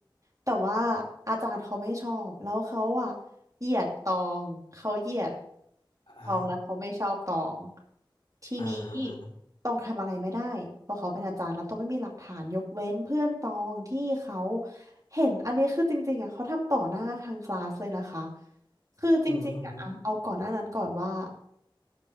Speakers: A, on the right; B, on the left.
A: แต่ว่าอาจารย์เขาไม่ชอบแล้วเขาอะเหยียดตองเขาเหยียด
B: ไอ
A: ตองแล้วเขาไม่ชอบตองทีนี้
B: อ่าฮะ
A: ตองทำอะไรไม่ได้เพราะเขาเป็นอาจารย์แล้วตองไม่มีหลักฐานยกเว้นเพื่อนตองที่เขาเห็นอันนี้คือจริงๆอะเขาทำต่อหน้าทางคลาสเลยนะคะคือจริงๆอะอะเอาก่อนหน้านั้นก่อนว่า
B: อือฮึ